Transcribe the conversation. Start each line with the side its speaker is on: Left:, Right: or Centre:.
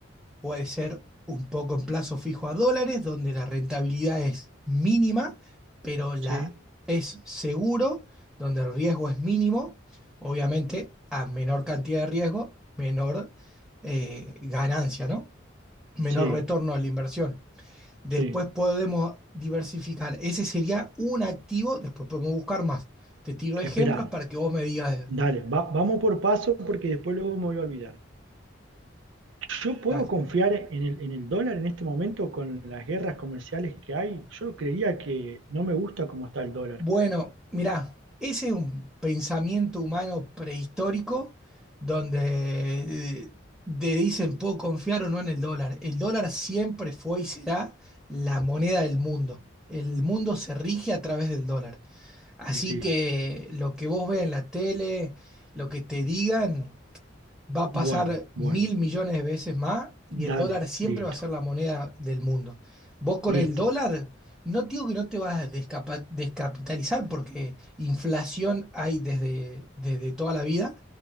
Centre: puede ser un poco en plazo fijo a dólares, donde la rentabilidad es mínima, pero la
Right: sí,
Centre: es seguro, donde el riesgo es mínimo. Obviamente, a menor cantidad de riesgo, menor eh, ganancia, ¿no? Menor
Right: sí,
Centre: retorno de la inversión. Después
Right: sí.
Centre: podemos diversificar. Ese sería un activo, después podemos buscar más. Te tiro ejemplos
Right: Esperá,
Centre: para que vos me digas,
Right: dale, va- vamos por paso porque después luego me voy a olvidar. ¿Yo puedo
Centre: dale.
Right: confiar en el, en el dólar en este momento con las guerras comerciales que hay? Yo creía que no me gusta cómo está el dólar.
Centre: Bueno, mirá, ese es un pensamiento humano prehistórico donde eh, te dicen puedo confiar o no en el dólar. El dólar siempre fue y será la moneda del mundo. El mundo se rige a través del dólar. Así
Right: Listo.
Centre: que lo que vos veas en la tele, lo que te digan, va a pasar
Right: Bueno, bueno.
Centre: mil millones de veces más y el
Right: Dale,
Centre: dólar siempre
Right: listo,
Centre: va a ser la moneda del mundo. Vos con
Right: listo.
Centre: el dólar, no te digo que no te vas a descapa- descapitalizar porque inflación hay desde, desde toda la vida,